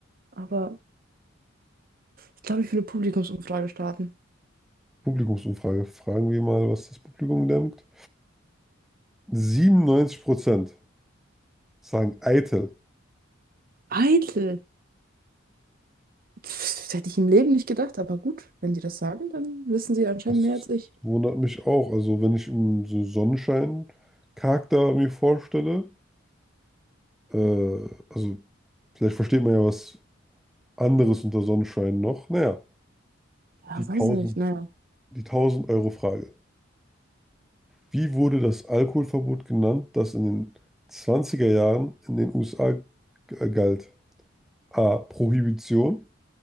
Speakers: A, on the right; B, in the centre.
A: Aber ich glaube, ich will eine Publikumsumfrage starten.
B: Publikumsumfrage. Fragen wir mal, was das Publikum denkt. 97% sagen eitel.
A: Eitel. Pff, Das hätte ich im Leben nicht gedacht, aber gut, wenn die das sagen, dann wissen sie anscheinend
B: Das
A: mehr als ich.
B: wundert mich auch. Also, wenn ich mm, so Sonnenschein-Charakter mir vorstelle, äh, also Vielleicht versteht man ja was anderes unter Sonnenschein noch. Naja,
A: Ja,
B: die
A: weiß
B: tausend,
A: nicht, naja.
B: die tausend euro frage Wie wurde das Alkoholverbot genannt, das in den zwanziger Jahren in den USA g- galt? A. Prohibition.